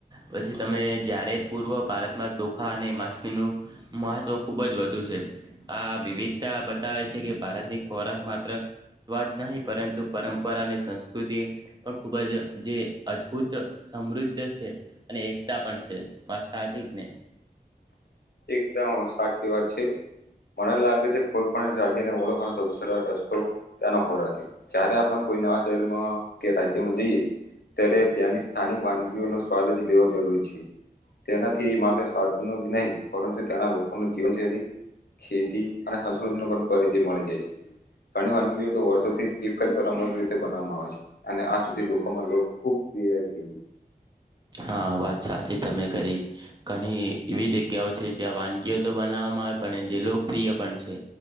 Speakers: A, on the right; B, on the left.
A: પછી તમે જયારે પૂર્વ ભારતમાં ચો- ખા અને માછલીનું મહત્વ ખુબ જ વધુ છે, આ વિવિધતા બતાવે છે કે, ભારતની ખોરાક માત્ર સ્વાદ નહી પરંતુ પરંપરા અને સંસ્કૃતિ પણ ખૂબ જ જે અદભુત સમૃદ્ધ છે, અને એ કતા પણ છે, વાત સાચી કને
B: એકદમ સાચી વાત છે. મને લાગે છે, કોઈ પણ રાજ્યને ઓળખવાનો સૌથી <unintelligible> રસ્તો ત્યાના ખોરાથી જ્યારે આપણે કોઈ નાવા શહેરમાં કે રાજ્યમાં જઈએ. ત્યારે ત્યાંની સ્થાનિક વાનગીઓનો સ્વાદ જ લેવો જરૂરી છે. તેનાથી માત્ર સ્વાદ નો જ નહી પરંતુ ત્યાંના લોકોનું જીવનશૈલી, ખેતી અને સંસ્કૃતિનો પણ પરિચય મળી જાય છે. ઘણી વાનગીઓ તો વર્ષોથી એક જ પર રીતે બનાવામાં આવે છે, અને આ સુધી લોકોમાં લો ખૂબ <inaudible>
A: હા વાત સાચી તમે કરી ઘણી એવી જગ્યાઓ છે, જ્યાં વાનગીઓ તો બના મા આવે પણ જે લોકપ્રિય પણ છે,